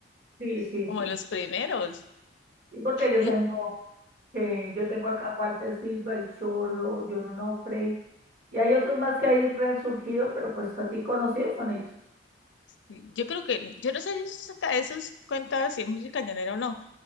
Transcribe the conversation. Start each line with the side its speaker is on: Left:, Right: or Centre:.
Right: Sí, sí,
Left: Como
Right: sí.
Left: de los primeros.
Right: Y porque yo
Left: Yo,
Right: tengo, que yo tengo acá a Walter Silva, el Cholo, John Onofre. Y hay otros más que hay resurgido, pero pues así conocidos son ellos.
Left: yo creo que, yo no sé si eso saca esas cuentas si es música llanera o no.